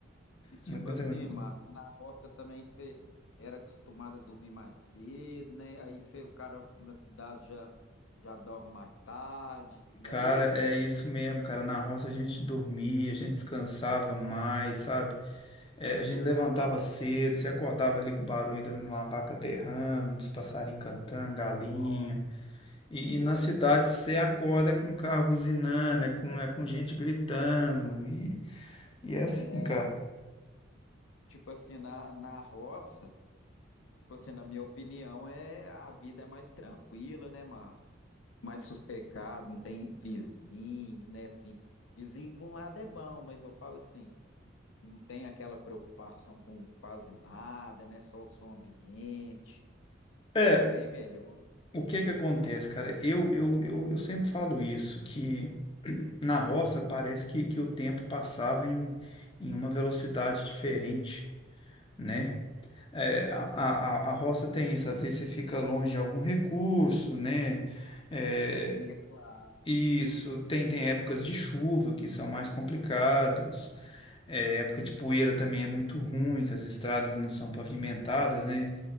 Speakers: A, on the left; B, on the left.
A: E tipo
B: Muito mais
A: assim,
B: tranquila.
A: Márcio, na roça também você era acostumado a dormir mais cedo, né? Aí você, o cara na cidade já, já dorme mais tarde, não
B: Cara,
A: é isso?
B: é isso mesmo, cara. Na roça a gente dormia, a gente descansava mais, sabe? É, a gente levantava cedo, você acordava ali com o barulho de uma vaca berrando, dos passarinhos cantando, galinha.
A: Ó,
B: E, e
A: pois
B: na cidade
A: é,
B: você acorda é com carro buzinando, é com, é com gente gritando. E, e é assim,
A: é,
B: cara.
A: Márcio. Tipo assim, na, na roça. Tipo assim, na minha opinião, é a vida é mais tranquila, né, Márcio? Mais sossegado, não tem vizinho, né? Assim, vizinho por um lado é bom, mas eu falo assim, não tem aquela preocupação com quase nada, né? Só o som ambiente.
B: É,
A: Não, bem melhor.
B: o que que acontece, cara? Eu, eu, eu, eu sempre falo isso, que <clears throat> na roça parece que, que o tempo passava em, em uma velocidade diferente, né? É, a,
A: Hum,
B: a, a roça tem isso, às vezes você fica longe de algum recurso, né? É,
A: é, tem isso lá.
B: isso, tem, tem épocas de chuva que são mais complicados, é, época de poeira também é muito ruim, que as estradas não são pavimentadas, né?